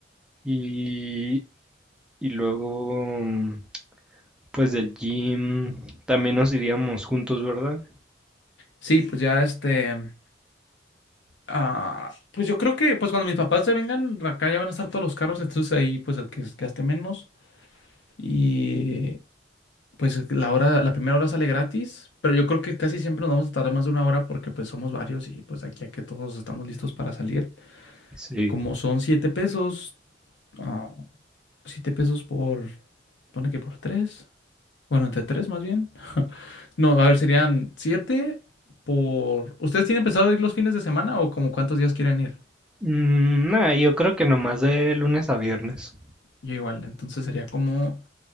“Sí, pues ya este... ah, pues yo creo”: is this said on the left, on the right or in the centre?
Left